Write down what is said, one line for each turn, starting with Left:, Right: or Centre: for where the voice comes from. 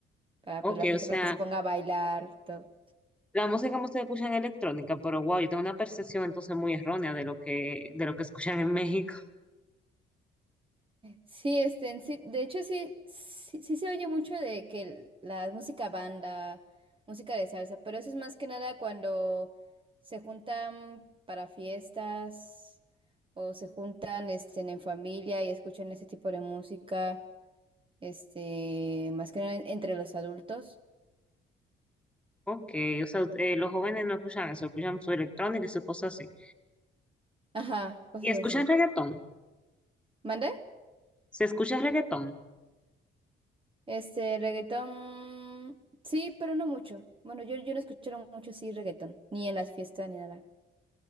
Right: para
Centre: Ok,
Right: pues la gente
Centre: o sea,
Right: para que se ponga a bailar y todo.
Centre: la música que ustedes escuchan es electrónica, pero wow, yo tengo una percepción entonces muy errónea de lo que, de lo que escuchan en México.
Right: Sí, este, en sí, de hecho sí, sí, sí se oye mucho de que el- la música banda, música de salsa, pero eso es más que nada cuando se juntan para fiestas o se juntan este, en familia y escuchan ese tipo de música, este, más que nada entre los adultos.
Centre: Ok, o sea, eh, los jóvenes no escuchan eso, escuchan su electrónica y sus cosas así.
Right: Ajá, cosas
Centre: ¿Y escuchan
Right: así.
Centre: reggaetón?
Right: ¿Mande?
Centre: ¿Se escucha reggaetón?
Right: Este, reggaetón, sí, pero no mucho. Bueno, yo, yo no escucho mucho así reggaetón, ni en las fiestas ni nada.